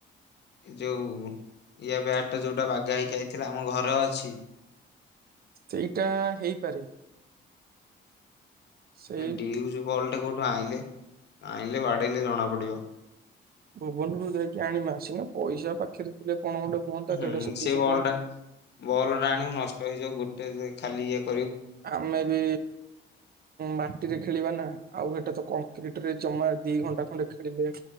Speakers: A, on the left (about 60°); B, on the right (about 50°).
A: ଯୋଉ ଇ ବ୍ୟାଟ ଟା ଯୋଉଟା ବାଘା ହେଇକି ଯାଇଥିଲା ଆମ ଘର ଅଛି।
B: ସେଇଟା ହେଇପାରେ। ସେଇ
A: ଡିଉ ବଲ୍ଟେ କୋଉଠୁ ଆଇେ ଆଇିଲ ବାଡ଼ିଲ ଜଣ ପଡ଼ିବ
B: ଭୁବନରୁ ଯାଇକି ଆଣିବା ସିନା ପଇସା ପାଖରେ ଥିଲେ। କଣ ଗୋଟେ ହୁଅନ୍ତା
A: ହୁଁ
B: ଦେଢଶହ ଦୁଇଶହ
A: ସେ ବଲ
B: ଟଙ୍କା
A: ଟା ବଲ୍ ଟା ଆଣିବୁ ନଷ୍ଟ ହେଇଯାଉ ଗୋଟେ ଖାଲି ଏକ
B: ଆମେ ବି ମାଟିରେ ଖେଳିବା ନା ଆଉ ଏଟା ତ କଂକ୍ରିଟ ରେ ଚମା ଦି ଘଣ୍ଟା ଖଣ୍ଡେ ଖେଳିଲେ